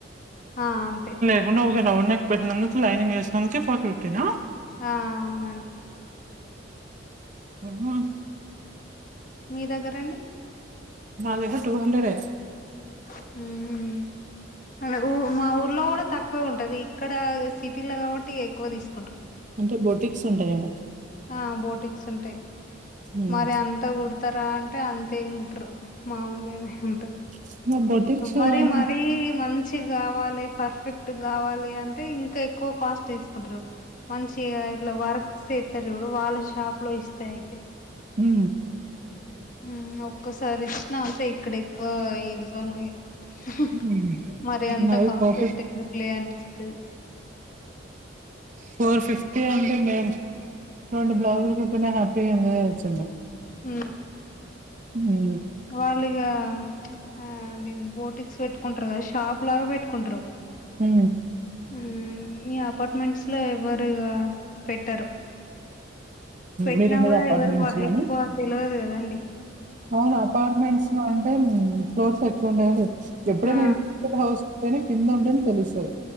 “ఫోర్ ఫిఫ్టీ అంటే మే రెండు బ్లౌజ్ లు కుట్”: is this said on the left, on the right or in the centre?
Right